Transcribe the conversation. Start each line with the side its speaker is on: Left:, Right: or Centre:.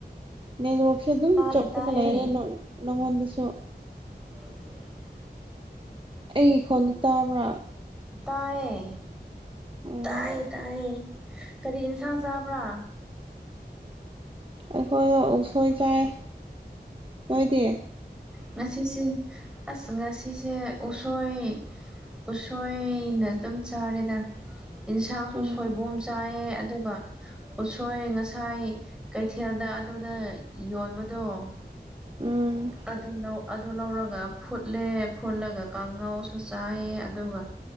Right: ꯅꯦꯒ꯭ꯔꯣꯛꯁꯦ ꯑꯗꯨꯝ
Centre: ꯇꯥꯏꯌꯦ
Right: ꯆꯞꯄꯒ
Centre: ꯇꯥꯏꯌꯦ
Right: ꯂꯩꯔꯦ ꯅꯣ ꯅꯉꯣꯟꯗꯁꯨ
Centre: <inaudible>
Right: ꯑꯩꯒꯤ ꯈꯣꯟꯗꯤ ꯇꯥꯕ꯭ꯔꯥ꯫
Centre: ꯇꯥꯏꯌꯦ
Right: ꯎꯝ
Centre: ꯇꯥꯏꯌꯦ ꯇꯥꯏꯌꯦ ꯀꯔꯤ ꯏꯟꯁꯥꯡ ꯆꯥꯕ꯭ꯔꯥ꯫
Right: ꯑꯩꯈꯣꯏꯗꯤ ꯎꯛꯁꯣꯏ ꯆꯥꯏ ꯅꯣꯏꯗꯤ꯫
Centre: ꯉꯁꯤꯁꯦ ꯑꯁ ꯉꯁꯤꯁꯦ ꯎꯁꯣꯏ_ _ ꯎꯁꯣꯏꯅ ꯑꯗꯨꯝ ꯆꯥꯔꯦꯗ ꯏꯟꯁꯥꯡꯁꯨ
Right: ꯎꯝ
Centre: ꯁꯣꯏꯕꯣꯝ ꯆꯥꯏꯌꯦ ꯑꯗꯨꯒ_ _ ꯎꯁꯣꯏ ꯉꯁꯥꯏ ꯀꯩꯊꯦꯜꯗ ꯑꯗꯨꯗ ꯌꯣꯟꯕꯗꯣ_ _
Right: ꯎꯝ꯫
Centre: ꯑꯗꯨ ꯂꯧ ꯑꯗꯨ ꯂꯧꯔꯒ ꯐꯨꯠꯂꯦ ꯐꯨꯠꯂꯒ ꯀꯥꯡꯉꯧꯁꯨ ꯆꯥꯏꯌꯦ ꯑꯗꯨꯒ_ _